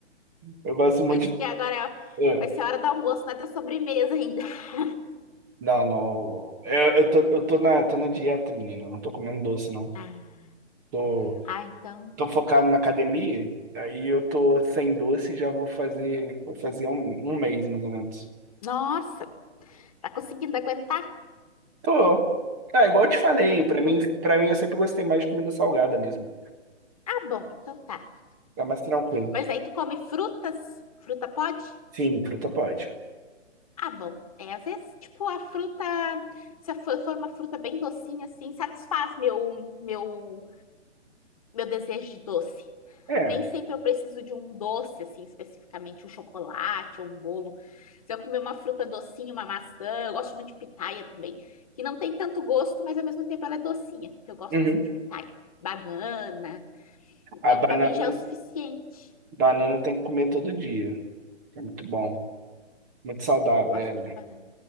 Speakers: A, on the right; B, on the left.
A: Eu gosto muito
B: Isso
A: de.
B: que agora é-
A: Ah,
B: vai ser a hora do almoço, não é da sobremesa ainda. <laughs>
A: Não, não. Eu, eu tô, eu tô na, tô na dieta, menino. eu Não tô comendo doce, não.
B: Ah,
A: Tô,
B: ah, então.
A: tô focado na academia. Aí eu tô sem doce e já vou fazer, vou fazer um, um mês, mais ou menos.
B: Nossa, tá conseguindo aguentar?
A: Tô. Ah, igual eu te falei,
B: Tá
A: pra
B: de boa.
A: mim, pra mim eu sempre gostei mais de comida salgada mesmo.
B: Ah, bom, então tá.
A: Tá mais tranquilo.
B: Mas aí tu come frutas? Fruta pode?
A: Sim, fruta pode.
B: Ah, bom. É, às vezes, tipo, a fruta, se for for uma fruta bem docinha, assim, satisfaz meu, meu meu desejo de doce.
A: É.
B: Nem sempre eu preciso de um doce, assim, especificamente, um chocolate ou um bolo. Se eu comer uma fruta docinha, uma maçã, eu gosto muito de pitaia também, que não tem tanto gosto, mas ao mesmo tempo ela é docinha. Eu gosto
A: uhum.
B: bastante de pitaia. Banana. Então,
A: A banana,
B: para mim já é o suficiente.
A: banana tem que comer todo dia. É muito bom. Muito saudável.
B: Eu gosto
A: É,
B: muito de banana.